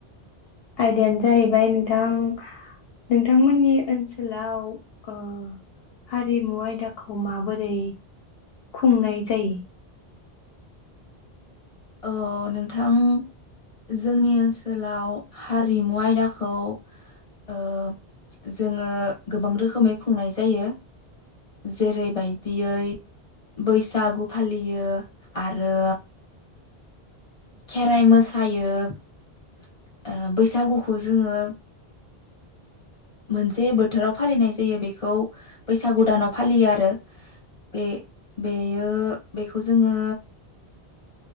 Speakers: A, on the left (about 70°); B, on the left (about 30°).
A: आयदायानो जाहैबाय नोंथां नोंथांमोननि ओनसोलाव ओ हारिमु आयदाखौ माबोरै खुंनाय जायो?
B: अ नोंथां जोंनि ओनसोलाव हा रिमु आयदाखौ ओ जोङो गोबां रोखोमै खुंनाय जायो जेरैबायदियै बैसागु फालियो आरो खेराइ मोसायो ओ बैसागुखौ जोङो मोनसे बोथोराव फालिनाय जायो बेखौ बैसागु दानाव फालियो आरो बे बेयो बेखौ जोङो